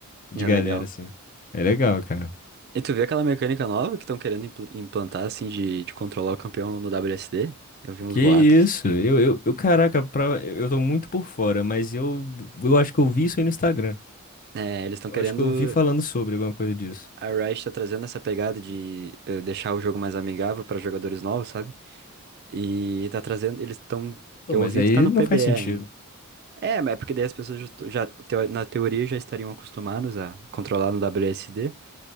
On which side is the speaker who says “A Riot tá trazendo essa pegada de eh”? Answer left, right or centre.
Right